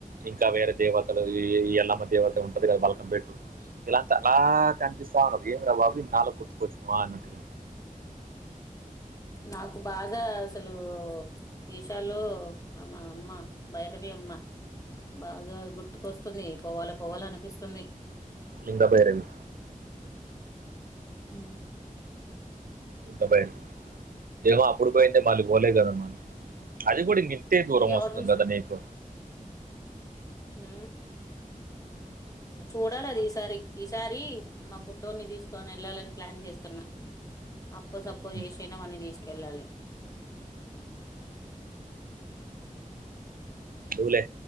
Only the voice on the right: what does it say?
ఇంకా వేరే దేవతలుయల్లమ్మ దేవత ఉంటది కదా మల్కంపేట్టు ఇలాంత అలా కనిపిస్తా ఉన్నారు ఏమి రా బాబు ఇన్నాళ్లకు గుర్తుకొచ్చు నమ అన్నటుగా
లింగ భైరవి
ఇంత భయం ఏమో అప్పుడు పోయిందే మళ్ళీ పోలే కదా మళ్ళీ అదికూడా ఇంకింతే దూరం
వస్తుంది కదానికు
హ్మ్. హ్మ్.
ఎల్దువులే